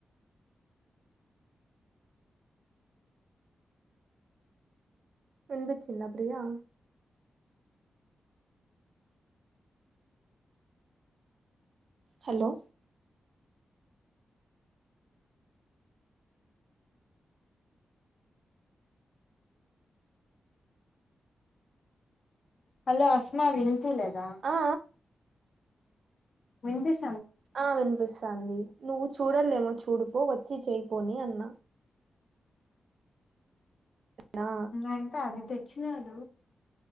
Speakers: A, on the right; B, on the left.
A: వినిపించిందా ప్రీయా హలో
B: హలో అస్మా విన్ వినిపిలేదా
A: ఆ
B: వినిపిస్
A: ఆ వినిపిస్తంది నువ్వు చూడలేమో చూడుపో వచ్చి చేయిపోనీ అన్నా నా
B: అయితే అదితే వచ్చిందంట